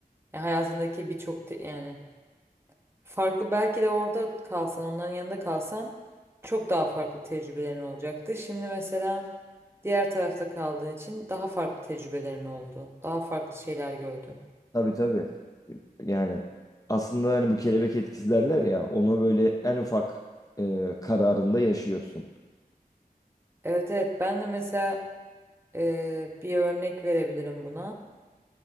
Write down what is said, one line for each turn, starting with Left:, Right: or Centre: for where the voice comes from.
Right: Ya hayatındaki birçok te- yani farklı belki de orada kalsan, onların yanında kalsan çok daha farklı tecrübelerin olacaktı. Şimdi mesela diğer tarafta kaldığın için daha farklı tecrübelerin oldu. Daha farklı şeyler gördün.
Left: Tabii tabii. Yani aslında hani bu kelebek etkisi derler ya onu böyle en ufak e, kararında yaşıyorsun.
Right: Evet evet ben de mesela Ee, bir örnek verebilirim buna.